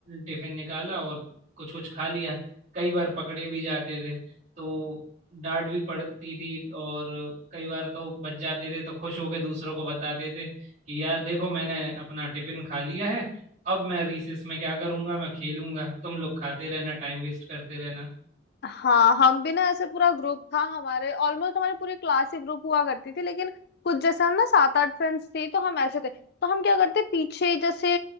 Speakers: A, on the right (about 45°); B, on the left (about 55°).
A: टिफिन निकाला और कुछ कुछ खा लिया कई बार पकड़े भी जाते थे तो डांट भी पड़ती थी और कई बार तो बच जाते थे तो खुश होके दूसरों को बताते थे कि यार देखो मैंने अपना टिफिन खा लिया है अब मैं रिसेस में क्या करूंगा मैं खेलूंगा तुम लोग खाते रहना टाइम वेस्ट करते रहना
B: हाँ हम भी ना ऐसे पूरा ग्रुप था हमारे ऑलमोस्ट हमारी पूरी क्लास ही ग्रुप हुआ करती थी लेकिन कुछ जैसे हम ना सात आठ फ्रेंड्स थी तो हम ऐसे थे तो हम क्या करते पीछे ही जैसे